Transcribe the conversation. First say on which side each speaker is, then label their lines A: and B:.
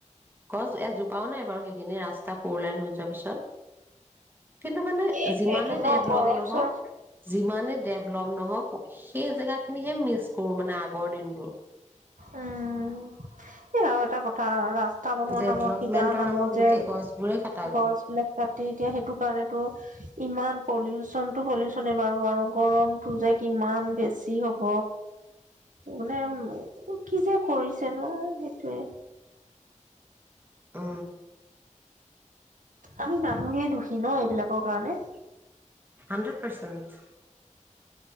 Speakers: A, on the right (about 15°); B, on the right (about 90°).
A: গছ এ জোপাও নাই বাৰু সেইখিনি ৰাস্তা পুৰলাইন হৈ যোৱাৰ পিছত কিন্তু মানে
B: এইটোৱেটো
A: যিমানে
B: ন
A: ডেভলপ
B: গৰম
A: নহওক
B: চৰম
A: যিমানে ডেভলপ নহওক সেই জেগা খিনিহে মিচ কৰো মানে আগৰ দিনবোৰ
B: উম এই আৰু এটা কথা ৰা ৰাস্তা বনোৱা
A: ডেভলপমেন্টৰ
B: নামত কিবা নামত যে
A: গোটেই গছবোৰে কটা গ'ল
B: গছ বিলাক কাটি এতিয়া সেইটো কাৰণেতো ইমান পলিউচনটো পলিউচনে বাৰু আৰু গৰমটো যে কিমান বেছি হ'ব মানে ক'ত কি যে কৰিছে ন সেইটোৱে
A: উ
B: আমি মানুহেই দুখী ন এইবিলাকৰ কাৰণে
A: হাণ্ড্ৰেড পাৰ্চেণ্ট